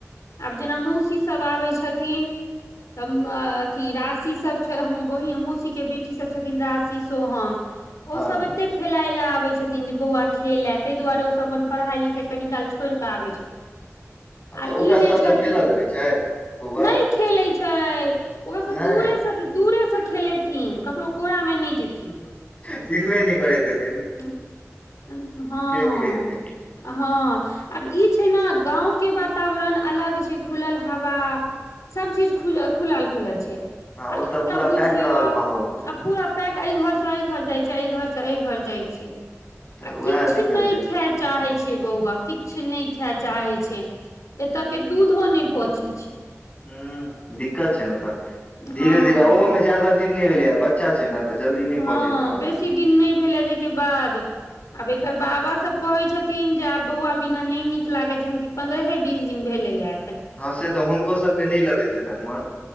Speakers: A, on the left; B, on the left.
A: आब जेना मौसीसभ आबै छथिन त म अथी राशि सब हमर बहि मौसी के बेटी सब छथिन राशि सोहम ओ
B: हँ
A: सब एते खेलाय ले आबै छै छथिन जे बौआ खेले ता दुआरे ओसभ अपन पढ़ाई लिखाई कनी काल छोड़िकऽ आबैत छथि
B: तऽ
A: आ
B: ओकरा
A: ई जे
B: सब
A: छथिन
B: लग खेलऽ लगै छै बौआ
A: नहि खेलै छई ओकरा से
B: नहि
A: दूरे से दुरे खेले थिन ककरो कोरा मे नहि जेथिन
B: चिन्हेबे नइ करैत हेत
A: ह्म हँ
B: धीरे हेतै
A: हाँ आब ई छै ने गाँंव के वातावरण अलग छै खुलल हवा सब चीज खुजल खुलल खुलल छै
B: हँ
A: आ
B: ओतऽ
A: एत
B: पूरा
A: बुझियौ
B: पैक रहल माहौल
A: आ पूरा पैक एहि घर से एहि घर जाइ छै च अय घर स अय घर जाय छै
B: तऽ
A: आ
B: उएह
A: किछु
B: दिक्कत
A: नहि
B: छै
A: खेए चाहै छै छै बौआ किछु नहि खे‌ए चाहे छै एतय के दूधो नहि पचै छै
B: हं दिक्कत छै ने तऽ धीरे
A: हँ
B: धीरे ओहोमे ज्यादा दिन नहि भेलै ह बच्चा छै ने तऽ जल्दी नहि
A: हँ
B: पहुँचैत रहल
A: बेसी दिन नहि भेलै जेहिके बाद आब एक एकर बाबा सब कहे छथिन जे आब बौआ बिना नहि नीक लागे जहन कि पन्द्रहे बीस दिन भेले या
B: हँ से तऽ हुनको सभके नहि लगैत हेतैन मोन